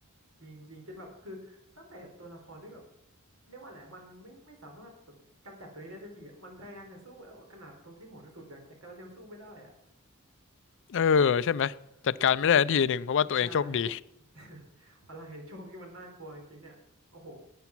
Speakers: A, on the right; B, on the left.
A: จริงๆจนแบบคือตั้งแต่ตัวละครที่แบบเรียกว่าอะไรมันไม่ไม่สามารถจะกำจัดตัวนี้ได้สักทีอ่ะมันพยายามจะสู้แล้วอะขนาดตัวที่โหดที่สุดอย่างแจ็คก็ยังสู้ไม่ได้อ่ะ
B: เออใช่ไหมจัดการไม่ได้สักทีหนึ่งเพราะว่าตัวเองโชคดี
A: ใช่ <laughs> พลังแห่งโชคที่มันน่ากลัวจริงๆเนี่ยโอ้โห